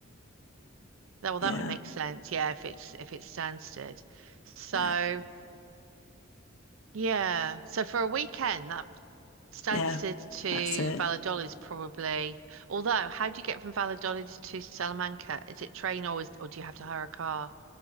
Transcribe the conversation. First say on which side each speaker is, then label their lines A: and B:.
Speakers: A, on the right (about 75°); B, on the left (about 80°).
A: That- Well,
B: Yeah,
A: that would make sense. Yeah, if it's if it's Stansted. So
B: yeah,
A: yeah, so for a weekend, that Stansted
B: yeah.
A: to
B: That's it.
A: Valladolid is probably, although how do you get from Valladolid to Salamanca? Is it train or is, or do you have to hire a car?